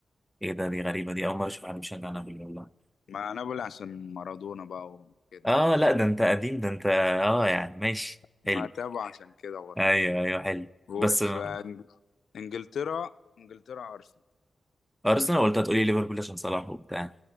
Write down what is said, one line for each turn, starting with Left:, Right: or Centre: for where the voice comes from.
Centre: ايه ده دي غريبة دي اول مرة اشوف حد بيشجع نابولي والله
Left: مع نابولي عشان مارادونا بقى وكده
Centre: اه لا ده انت قديم ده انت اه يعني ماشي
Left: ما
Centre: حلو
Left: تابع عشان كده برضه
Centre: ايوه ايوه حلو
Left: وفي
Centre: بس آه،
Left: إنج- إنجلترا إنجلترا أرسنال
Centre: ارسنال قلت هتقولي ليفربول عشان صلاح وبتاع